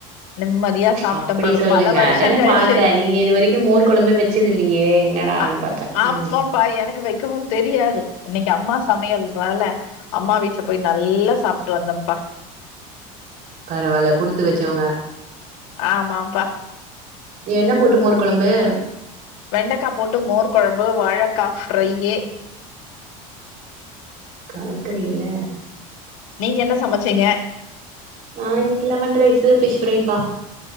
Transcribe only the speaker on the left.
நிம்மதியா சாப்ட்டேன்ப்பா
ஒரு
பல வருஷோ
கழிச்சு
அ
ஆமாம்பா
எனக்கு வெக்கவு தெரியாது இன்னைக்கு அம்மா சமையல்றால அம்மா வீட்ல போய் நல்லா சாப்ட்டு வந்தம்ப்பா
ஆமாம்பா
வெண்டக்கா போட்டு மோர் கொழம்பு வாழக்கா ஃப்ரையி
நீங்க என்ன சமச்சீங்க